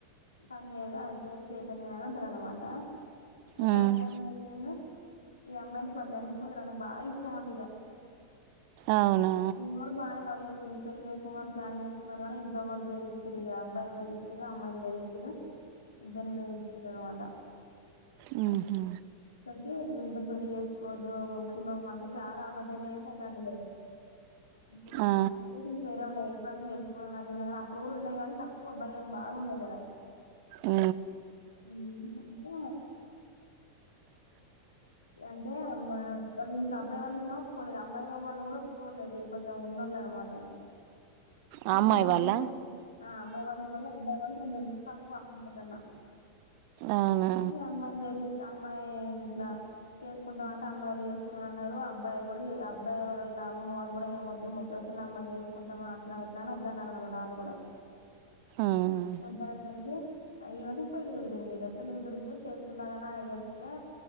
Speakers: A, on the left (about 75°); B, on the right (about 45°).
A: పని జేయదు ఆయన పేరు చైతన్య అని అంటది అన్నమాట అయితే
B: ఉమ్
A: అబ్బాయి ఏం జేసిండు ఈ అమ్మాయంటే పాడ్ <unintelligible> బా ఇష్టమట ఇగ
B: అవునా
A: అది పిల్ల కుడా బానే లవ్ జేసింది పెళ్లి చేసుకుందామని ప్లాన్ జెస్కుకునరు గానీ ఇంట్లో వాళ్ళు బేరిచ్చిరిగ అబ్బాయిని బెరిచ్చిరు అమ్మాయిని బేరిచ్చిరు ఇద్దర్ని బెదిరించిరన మాట
B: మ్మ్ హు
A: ఇద్దరు పెళ్లి జేసుకోవద్దు కులం అంటే చాలా ఒక టెన్ ఇయర్స్ అయితాందిలే అప్పుడు
B: ఆ
A: వేరే ఉన్నాయిగా ఇప్పుడు అంటే లేచిపోడం లాది ఉన్నాయి కానీ అప్పుడు కూడా ఉన్నాయి కాని తక్కువ భయం బాగుండే కదా
B: ఊ
A: మ్మ్ అంటే అంటే వాల్ ఇంట్లో అబ్బాయి వాళ్ళ ఇంట్లో ప్పుకోలేదు అమ్మాయిగా వాళ్ళు కూడా ఒప్పుకోలేదు కొంచెం ఉన్నోళ్ళు అన్నమాట కానీ
B: ఆ
A: అమ్మాయి వాళ్ళు
B: వాళ్ళ
A: ఇంట్లో అ అమ్మాయి వాళ్ళు ఇలలో అబ్బాయి వాళ్ళు కొంచం తక్కువ మనకన్న
B: అవునా
A: అని అమ్మ దేరిచ్ అమ్మాయి ఇట్లా చేసుకుంటాం అంటే అమ్మాయిలు చేసుకోనన్నారు అబ్బాయి అబ్బాయి వాళ్ళ అమ్మ వాళ్ళు కూడా ఏమి వద్దు. ముదిరాషోల్లా అమ్మాయిని చేసుకుంటామా, అట్లా ఇట్లా అని వద్దన్నారు అన్నమాట. వాళ్ళు కూడా
B: ఉమ్
A: ఒద్దనె సరికి ఈవకు పెల్లి కుదిరింది ఇగా పెళ్ళి గుదిరితే చేసుకుంటానని ఆయన చెప్తే,